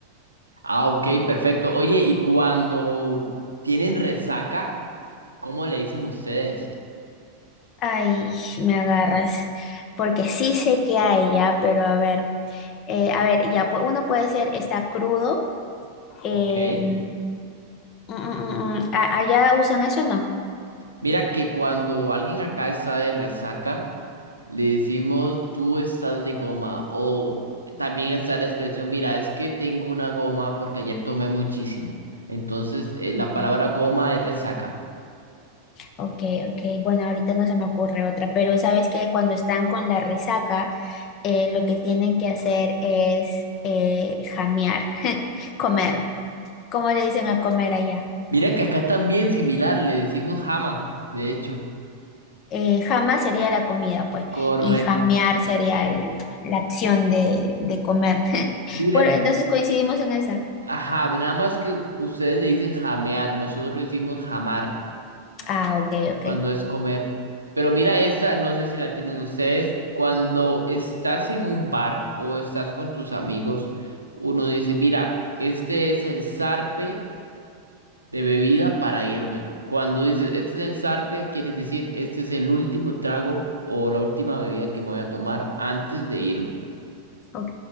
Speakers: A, on the right; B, on the left.
A: Ah, ok, perfecto. Oye, y cuando tienen resaca, ¿cómo le dicen ustedes?
B: Ay, me agarras, porque sí sé que hay ya, pero a ver, eh, a ver, ya, pu- uno puede ser, está crudo, em,
A: Ok.
B: mm, mm, mm, mm, ¿a- allá usan eso o no?
A: Mira que cuando alguien acá está de resaca, Le decimos, tú estás de goma. O también está la expresión, mira, es que tengo una goma porque ayer tomé muchísimo. Entonces, eh, la
B: Ya.
A: palabra goma es resaca.
B: Ok, ok. Bueno, ahorita no se me ocurre otra, pero sabes que cuando están con la resaca, eh, lo que tienen que hacer es eh, jamear, <laughs> comer. ¿Cómo le dicen a comer allá?
A: Mira que acá también similar, le decimos jama, de hecho.
B: Eh, jama sería la comida, pues,
A: Correcto.
B: y jamear sería el- la acción de, de comer. <laughs>
A: Mira,
B: Bueno, entonces coincidimos en esa.
A: ajá, nada más que ustedes le dicen jamear, nosotros le decimos jamar.
B: Ah, ok, ok,
A: cuando es comer. Pero mira esta, no sé si la tienen ustedes. Cuando estás en un bar o estás con tus amigos, uno dice, mira, este es el zarpe de bebida para irme. Cuando dices, este es el zarpe, quieres decir, este es el último trago o la última bebida que me voy a tomar antes de irme.
B: ok.